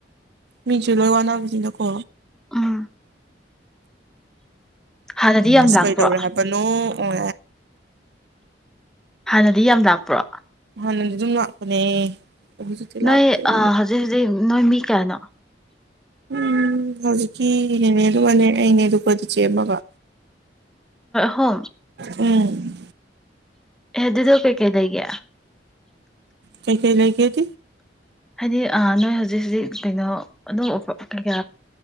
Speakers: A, on the right (about 65°); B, in the centre.
A: ꯃꯤꯁꯨꯦ ꯂꯣꯏ ꯋꯥꯅꯥꯅꯕꯅꯤꯅꯀꯣ
B: ꯎꯝ ꯍꯥꯟꯅꯗꯤ ꯌꯥꯝ
A: ꯑꯁ
B: ꯂꯥꯛꯄ꯭ꯔꯣ
A: ꯀꯩꯗꯧꯔꯦ ꯍꯥꯏꯄꯅꯣ ꯑꯣ
B: ꯍꯥꯟꯅꯗꯤ ꯌꯥꯝ ꯂꯥꯛꯄ꯭ꯔꯣ
A: ꯍꯥꯟꯅꯗꯤ ꯑꯗꯨꯝ ꯂꯥꯛꯄꯅꯦ ꯍꯧꯖꯤꯛꯇꯤ
B: ꯅꯣꯏ
A: ꯂꯥꯛꯇ꯭ꯔꯦ
B: ꯑ ꯍꯧꯖꯤꯛ ꯍꯧꯖꯤꯛ ꯅꯣꯏ ꯃꯤ ꯀꯌꯥꯅꯣ
A: ꯎꯝ ꯍꯧꯖꯤꯛꯀꯤꯅꯦꯦꯅꯦ ꯂ ꯋꯥꯂꯦ ꯑꯩꯅꯦ ꯂꯨꯄꯥꯇ ꯆꯦꯃꯒ
B: ꯍꯣ
A: ꯎꯝ
B: ꯑꯦ ꯑꯗꯨꯗ ꯀꯩ ꯀꯩꯗꯩꯒꯌꯥ
A: ꯀꯩ ꯀꯩ ꯂꯩꯏ ꯀꯇ
B: ꯍꯥꯏꯗꯤ ꯅꯣꯏ ꯍꯧꯖꯤꯛ ꯍꯧꯖꯤꯛ ꯀꯩꯅꯣ ꯑꯗꯨꯝ ꯀꯩ ꯀꯌꯥ